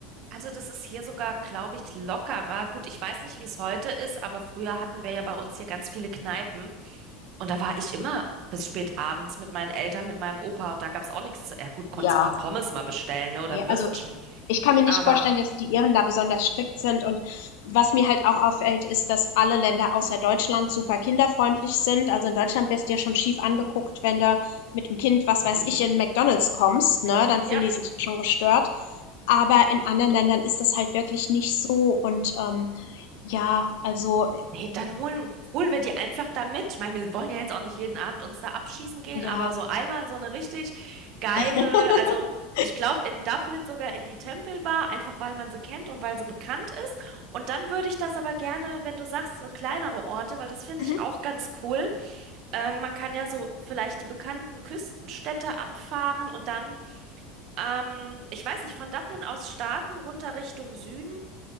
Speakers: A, on the right (about 55°); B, on the left (about 75°).
A: Also das ist hier sogar, glaube ich, lockerer. Gut, ich weiß nicht, wie es heute ist, aber früher hatten wir ja bei uns hier ganz viele Kneipen. Und da war ich immer bis spät abends mit meinen Eltern, mit meinem Opa. Und da gab es auch nichts zu. Ja gut, konntest
B: Ja,
A: ein paar Pommes mal bestellen, ne, oder
B: Ne,
A: ein Würstchen.
B: also ich ich kann mir nicht
A: Aber
B: vorstellen, dass die Iren da besonders strikt sind. Und was mir halt auch auffällt, ist, dass alle Länder außer Deutschland super kinderfreundlich sind. Also in Deutschland wirst du ja schon schief angeguckt, wenn du mit dem Kind, was
A: <laughs>
B: weiß ich, in McDonald's kommst, ne? Dann fühlen
A: ja.
B: die sich schon gestört. Aber in anderen Ländern ist das halt wirklich nicht so. Und ähm, ja, also
A: Nee, dann holen, holen wir die einfach da mit. Ich meine, wir wollen ja jetzt auch nicht jeden Abend uns da abschießen gehen,
B: ja.
A: aber so einmal in so eine richtig geile,
B: <laughs>
A: also ich glaube in Dublin sogar in die Temple Bar, einfach weil man sie kennt und weil sie bekannt ist. Und dann würde ich das aber gerne, wenn du sagst, so kleinere Orte, weil das finde
B: Mhm.
A: ich auch ganz cool. Ähm, man kann ja so vielleicht die bekannten Küstenstädte abfahren und dann, ähm, ich weiß nicht, von Dublin aus starten, runter Richtung Süden